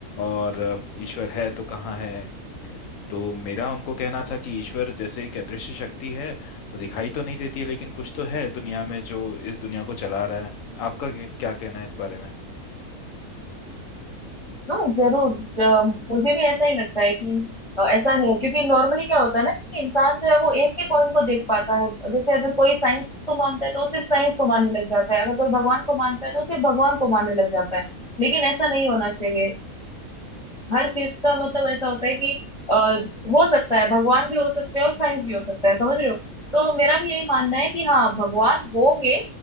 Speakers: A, on the left (about 70°); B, on the left (about 25°).
A: और अ, ईश्वर है तो कहाँ है तो मेरा उनको कहना था कि ईश्वर जैसे एक अदृश्य शक्ति है वो दिखाई तो नहीं देती है लेकिन कुछ तो है दुनिया में जो इस दुनिया को चला रहा है आपका क्या क्या कहना है इस बारे में
B: हाँ जरूर ज- मुझे भी ऐसा ही लगता है कि अ, ऐसा है क्योंकि नॉर्मली क्या होता है ना कि इंसान जो है वो एक ही पॉइंट को देख पाता है जैसे अगर कोई साइंस को मानता है तो वो सिर्फ साइंस को मानने लग जाता है अगर कोई भगवान को मानता है तो वो सिर्फ भगवान को मानने लग जाता है लेकिन ऐसा नहीं होना चाहिए हर चीज का मतलब ऐसा होता है कि अ, हो सकता है भगवान भी हो सकते हैं और साइंस भी हो सकता है समझ रहे हो तो मेरा भी यही मानना है कि हाँ भगवान होंगे